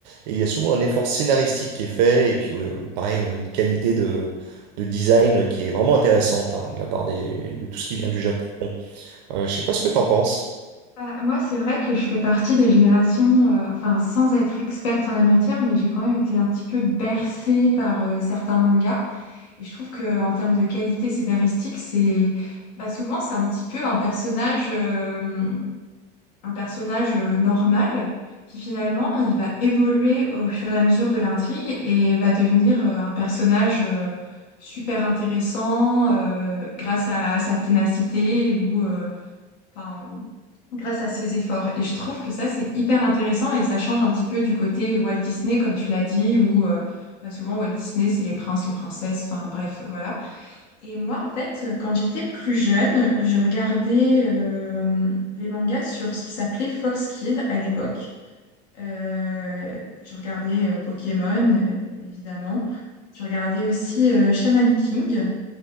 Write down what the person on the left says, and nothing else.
Oui.
Bah, moi, c'est vrai que je fais partie des générations, euh, enfin, sans être experte en la matière, mais j'ai quand même été un petit peu bercée par euh, certains mangas. Et je trouve que en termes de qualité scénaristique, c'est bah, souvent c'est un petit peu un personnage, euh, un personnage euh, normal qui finalement il va évoluer au fur et à mesure de l'intrigue et va devenir euh, un personnage euh, super intéressant euh, grâce à, à sa ténacité ou euh, enfin, grâce à ses efforts. Et je trouve que ça, c'est hyper intéressant et ça change un petit peu du côté Walt Disney, comme tu l'as dit, où euh, bah, souvent Walt Disney, c'est les princes, les princesses, enfin bref, voilà. Et moi, en fait, euh, quand j'étais plus jeune, je regardais euh, les mangas sur ce qui s'appelait Fox Kids à l'époque. Euh, je regardais euh, Pokémon, euh, évidemment. Je regardais aussi euh, Shaman King.